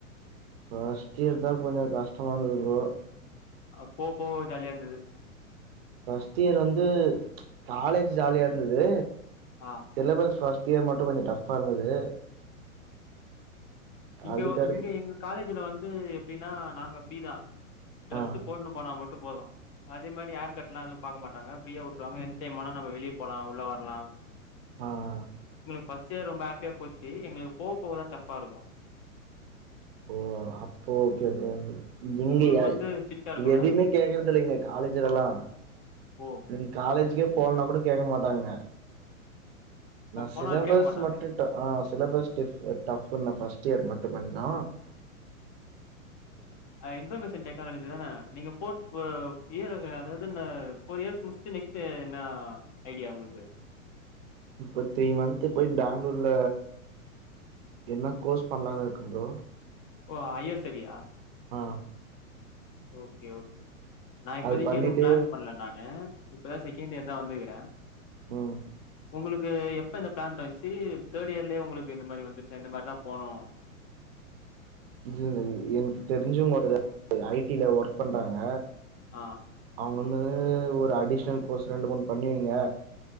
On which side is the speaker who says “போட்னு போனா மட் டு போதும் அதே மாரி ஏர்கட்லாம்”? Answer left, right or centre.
Left